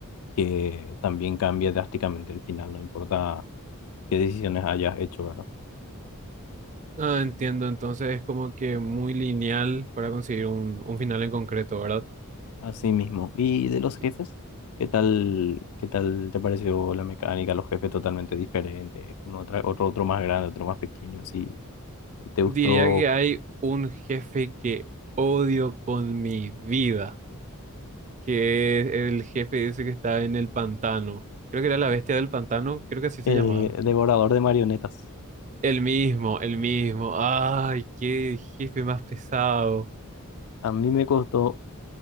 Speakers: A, on the left; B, on the right.
A: que también cambia drásticamente el final, no importa qué decisiones hayas hecho, ¿verdad?
B: Ah, entiendo. Entonces es como que muy lineal para conseguir un, un final en concreto, ¿verdad?
A: Así mismo. ¿Y de los jefes?
B: Y
A: ¿Qué tal, qué tal te pareció la mecánica? Los jefes totalmente diferentes, uno otra- otro, otro más grande, otro más pequeño, si te gustó
B: Diría que hay un jefe que odio con mi vida, que es el jefe ese que está en el pantano. Creo que era la bestia del pantano, creo que así se
A: eh,
B: llamaba.
A: Devorador de Marionetas.
B: El mismo, el mismo. Ay, qué jefe más pesado.
A: A mí me costó